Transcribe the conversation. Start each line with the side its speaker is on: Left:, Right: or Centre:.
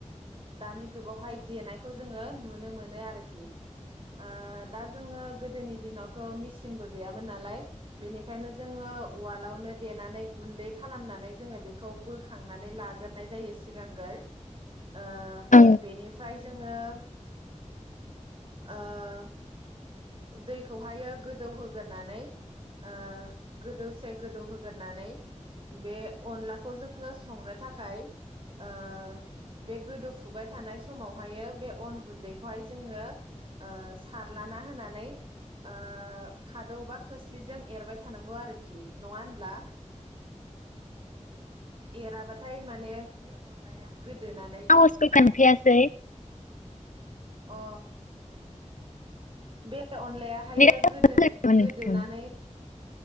Right: दानि जुगावहाय देनाय खौ जोङो नुनो मोनो आरोखि। ओ दा जोङो गोदोनि दिनाव थ' मेचिनबो गैयामोन नालाय बेनिखायनो जोङो उवालावनो देनानै गुन्दै खालामनानै जोङो बेखौ बोखांनानै लाग्रोनाय जायो सिगांग्रोर। ओ
Left: औ
Right: बेनिफाय ओ ओ दैखौहायो गोदौहोगोरनानै ओ गोदौसे गोदौहोगोरनानै बे अनलाखौ जोङो संनो थाखाय ओ बे गोदौफुबाय थानाय समावहायो बे अन गुन्दैखौहाय जोङो ओ सारलाना होना नानै ओ खादौ बा खोस्लिजों एरबाय थानांगौ आरोखि नङा होनब्ला एराबाथाय माने बे अनलाया
Left: <unintelligible>
Right: गोदोनानै अ बे अनलायाहायो
Left: नेट
Right: गोदो
Left: नाङाखै
Right: गोदोनानै
Left: नामा नोंथां